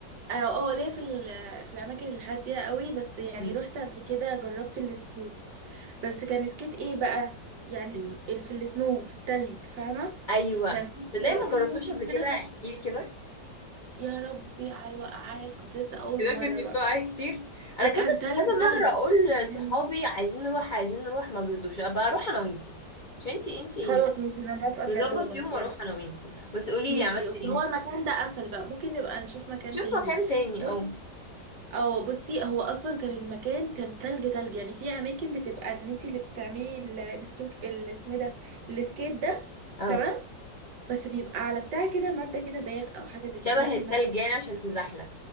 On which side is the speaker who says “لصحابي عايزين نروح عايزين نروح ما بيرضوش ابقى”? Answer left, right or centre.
Left